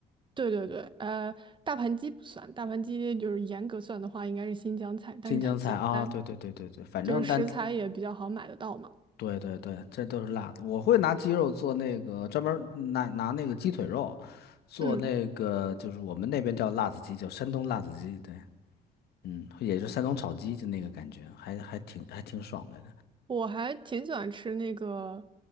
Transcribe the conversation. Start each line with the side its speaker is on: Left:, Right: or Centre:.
Right: 对对对，呃，大盘鸡不算，大盘鸡就是严格算的话应该是新疆菜，但是它简单，
Left: 新疆菜啊，对对对对对，反正但
Right: 就是食材也比较好买得到嘛。
Left: 对对对，这都是辣的。我会拿鸡肉做那个专门儿拿拿那个鸡腿肉做那个，
Right: 嗯，
Left: 就是我们那边叫辣子鸡，叫山东辣子鸡。对，嗯，也是山东炒鸡，就那个感觉，还还挺还挺爽的。
Right: 我还挺喜欢吃那个，